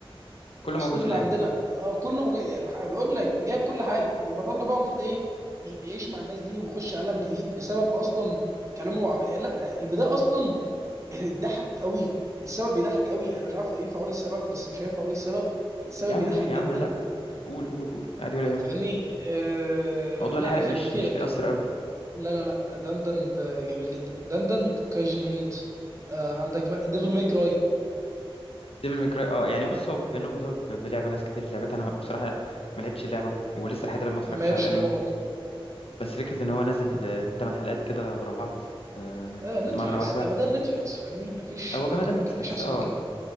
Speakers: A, on the left; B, on the right.
A: كله
B: الاساطير
A: موجود
B: اللي
A: في الانمي
B: عندنا اه كله مج... بيقول لك جايب كل حاجه وبطلنا بقى المفروض ايه بي- بيعيش مع الناس دي ويخش عالم جديد بسبب اصلا كلامه وعب... لا البدايه اصلا ضحك قوي السبب بيضحك قوي انا مش عارف ينفع اقول السبب بس مش هينفع اقول السبب السبب
A: يا عم
B: بيضحك
A: قول يا
B: جدا
A: عم لا قول قول قول عادي ولا يهمك
B: فاهمني آه
A: موضوع
B: لا
A: الحرق
B: زي
A: مش
B: ما قلت لك
A: مش بيأثر
B: لا لا لا دندن ده جميل جدا دندن كايجن ايت آه عندك ديفل ماي كراي
A: ديفل ميكراي اه يعني بص هو بينهم مرتبط ب- بلعبه ناس كتير لعبتها انا بصراحه ما لعبتش اللعبه ولسه لحد الآن ما اتفرجتش
B: ما يبش
A: على
B: اللعبه
A: الانمي
B: برضه
A: بس فكره ان هو نازل آه، 8 حلقات كده ورا بعض آه،
B: آه نتفليكس
A: مره واحده
B: جمدان نتفليكس فاهمني ما فيش
A: هو
B: اكتر
A: جمدان
B: من
A: نتفليكس
B: كده ما فيش احسن
A: اه
B: من كده